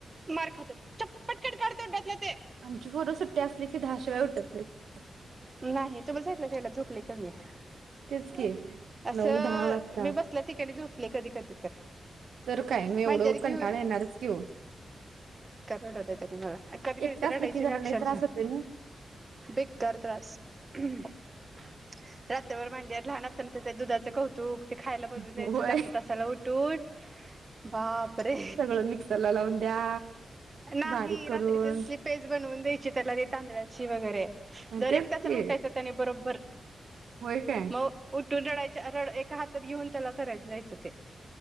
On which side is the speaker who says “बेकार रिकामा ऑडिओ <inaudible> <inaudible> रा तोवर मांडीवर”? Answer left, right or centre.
Right